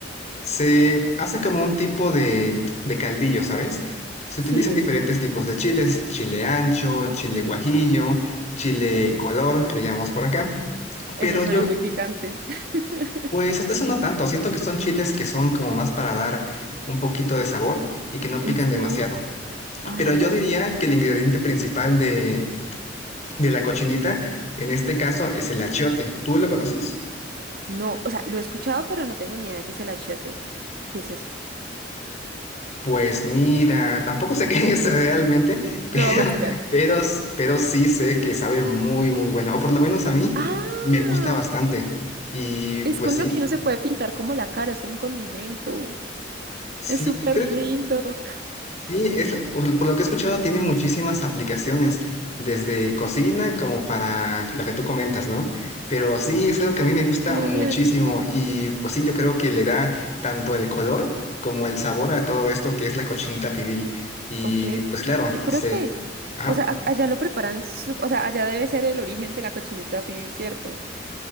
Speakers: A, on the left; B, on the right.
A: se hace como un tipo de, de caldillo, ¿sabes? Se
B: sí.
A: utilizan diferentes tipos de chiles, chile ancho,
B: Ok.
A: chile guajillo, chile
B: Uy,
A: color, que le llamamos por acá.
B: eso
A: Pero
B: suena
A: yo,
B: muy picante. <laughs>
A: pues hasta eso no tanto, siento que son chiles que son como más para dar un poquito de sabor y que no
B: ¿En
A: pican
B: serio?
A: demasiado.
B: Ay,
A: Pero
B: no.
A: yo diría que el ingrediente principal de, de la cochinita, en este caso, es el achiote. ¿Tú lo conoces?
B: No, o sea, lo he escuchado, pero no tengo ni idea de qué es el achiote. ¿Qué es eso?
A: Pues mira, tampoco sé <laughs> qué es realmente, pero,
B: Lo voy a buscar.
A: pero, pero sí sé que sabe muy, muy bueno, o por lo menos a mí
B: Ah.
A: me gusta bastante. Y
B: Es
A: pues
B: con
A: sí,
B: lo que uno se puede pintar como la cara, es un condimento.
A: sí,
B: Es súper
A: creo
B: lindo.
A: que sí, es lo- por, por lo que he escuchado tiene muchísimas aplicaciones, desde cocina como para lo que tú comentas, ¿no? Pero sí, es algo que a mí me gusta
B: Qué genial.
A: muchísimo y pues sí, yo creo que le da tanto el color como el sabor a todo esto que es la cochinita pibil. Y
B: Ok,
A: pues claro,
B: yo creo
A: sí.
B: que,
A: Ajá.
B: o sea, a- allá lo preparan, su- o sea, allá debe ser el origen de la cochinita pibil, ¿cierto?